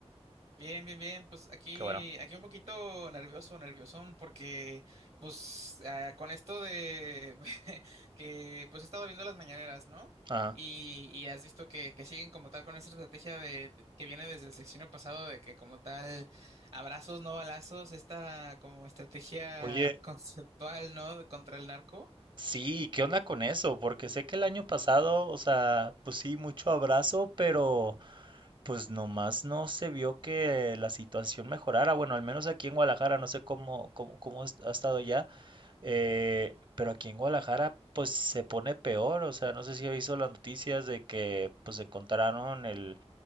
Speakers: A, on the right; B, on the right.
A: Bien, bien, bien. Pues aquí,
B: Qué bueno.
A: aquí un poquito nervioso, nerviosón, porque pues ah, con esto de <laughs> que pues he estado viendo las mañaneras, ¿no?
B: Ajá.
A: Y, y has visto que, que siguen como tal con esa estrategia de, de- que viene desde el sexenio pasado de que como tal abrazos, no balazos, esta como estrategia
B: Oye,
A: <laughs> conceptual, ¿no? de- Contra el narco.
B: sí, ¿qué onda con eso? Porque sé que el año pasado, o sea, pues sí, mucho abrazo, pero pues nomás no se vio que la situación mejorara. Bueno, al menos aquí en Guadalajara, no sé cómo, cómo, cómo es- ha estado ya, eh, pero aquí en Guadalajara, pues se pone peor. O sea, no sé si ha visto las noticias de que pues encontraron el,